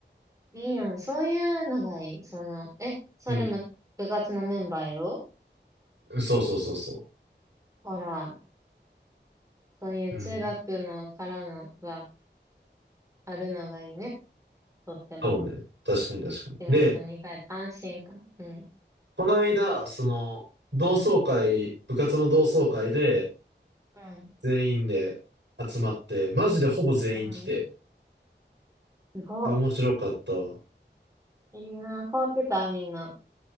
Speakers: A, on the right; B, on the right.
A: いいやん。そういうのがいい。その、え、それも部活のメンバーやろ
B: うん。そうそうそうそ
A: ほら、そういう中学のからのが
B: う。うん。
A: あるのがいいね。とっても。
B: そうね。確かに確かに。
A: 地元に帰って安心感。
B: で、
A: うん。
B: この間、その、同窓会、部活の同窓会で、
A: う
B: 全員で集まって、マジでほぼ全員来て、
A: ん。すご
B: で、面白かったわ。
A: い。いいな。変わってた、みんな。